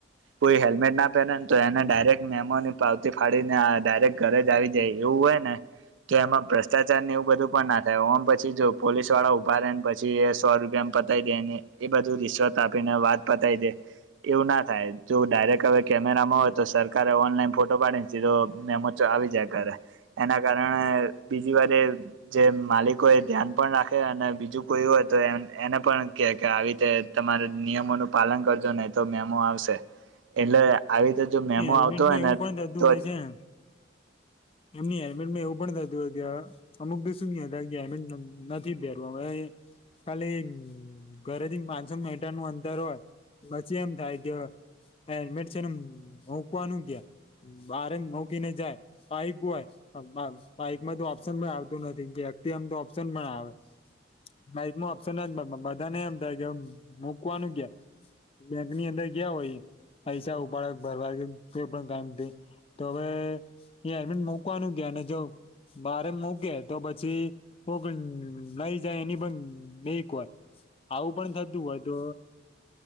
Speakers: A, on the right (about 75°); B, on the left (about 30°).
A: કોઈ હેલ્મેટ ના પહેરે ને તો એને ડાયરેક્ટ મેમોની પાવતી ફાડીને ડાયરેક્ટ ઘરે જ આવી જાય એવું હોય ને. તો એમાં ભ્રષ્ટાચાર ને એવું બધું પણ ના થાય ઓમ પછી જો પોલીસ વાળા ઉભાને પછી એ સો રૂપિયા પતાય ને એ બધું રિશ્વત આપીને વાત પતાવી દે એવું ના થાય તો ડાયરેક્ટ હવે કેમેરામાં હોય તો સરકારે ઓનલાઈન ફોટો પાડીને મે તો આવી જાય કરે એના કારણે બીજી વારે જે માલિકો એ ધ્યાન પણ રાખે અને બીજું કોઈ હોય તો એ એને પણ કે કે આવી રીતે તમારે નિયમો નું પાલન કરજો નહી તો મેમો આવશે એટલે આવી રીતે જો મેમો
B: હેલ્મેટમાં
A: આવતો હોય ને
B: એવું પણ થતું
A: તો
B: હોય
A: જ.
B: છે ને એમની હેલ્મેટ માં એવું પણ થતું ગ્યાં. અમુક બી શું ક ગયા અમે નથી પહેરવ હવે. કાલી ઘરેથી પાંચસો મીટર નું અંતર હોય. પછી એમ થાય કે એડડન મકવાનું કયા. બારે મુકી ને જાય. બાઈક હોય બાઈકમાં તો ઓપ્શન પણ આવતું નથી વ્યક્તિ એમ તો ઓપ્શન પણ આવે. બાઈક ન અપ્શન ના બધા ને એમ થાય કે મૂકવાનું ક્યા. બેંક ની અંદર ગયા હોય પૈસા ઉપાડ ભરવા કોઈ પણ કામ થયુ તો હવે હલ્મિટ મુકવાનું ગયા અને જો બારે મૂકે તો પછી હગ નઈ જની બંધ નયકવા. આવું પણ થતું હોય તો